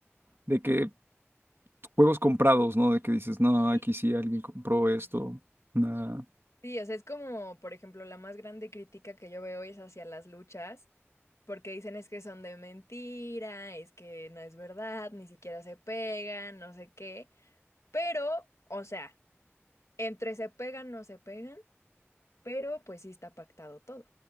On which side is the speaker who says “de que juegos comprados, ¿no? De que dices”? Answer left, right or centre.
Right